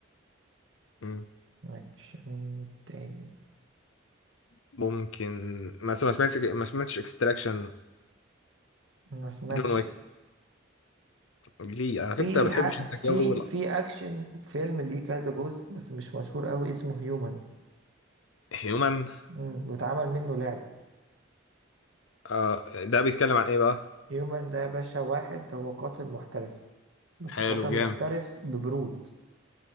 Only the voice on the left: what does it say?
مم.
ممكن مثلا ما سمعتش ما سمعتش اكستراكشن
جون ويك ليه على فكره
انت ما بتحبش
انت
جو
هيومن
آه ده بيتكلم عن ايه بقى
حلو
جامد